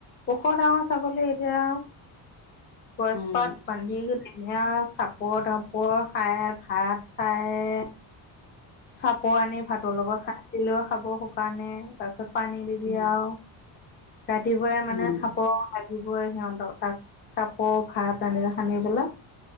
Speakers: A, on the left; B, on the left.
A: ওখ ডাঙৰ ছাগলী এতিয়া গছপাত
B: উম
A: বান্ধি গে তেনে চাপৰ তাপৰ খায়, ভাত খাই। এ চাপৰ আনি ভাতৰ লগত খানি দিলেও খাব শুকানে, তাৰপিছত পানী দিবি
B: উম
A: আৰু। ৰাতিপুৱাই মানে
B: উম,
A: চাপৰ উ, লাগিব। দিবই সিহঁতক, তাক চাপৰ ভাত এনেক সানি পেলাই।